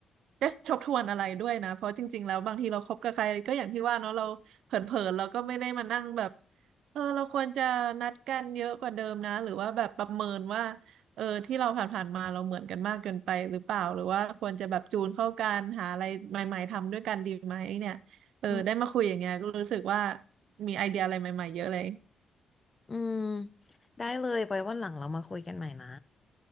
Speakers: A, on the right; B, on the left.
A: ได้ทบทวนอะไรด้วยนะเพราะจริงๆแล้วบางทีเราคบกับใครก็อย่างที่ว่าเนาะเราเผลอๆเราก็ไม่ได้มานั่งแบบเออเราควรจะนัดกันเยอะกว่าเดิมนะหรือว่าแบบประเมินว่าเออที่เราผ่านๆมาเราเหมือนกันมากเกินไปหรือเปล่าหรือว่าควรจะแบบจูนเข้ากันหาอะไรใหม่ๆทำด้วยกันดีไหมเนี่ยเออได้มาคุยอย่างเงี้ยก็รู้สึกว่า
B: อืม
A: มีไอเดียอะไรใหม่ๆเยอะเลย
B: อืม ได้เลยไปวันหลังเรามาคุยกันใหม่นะ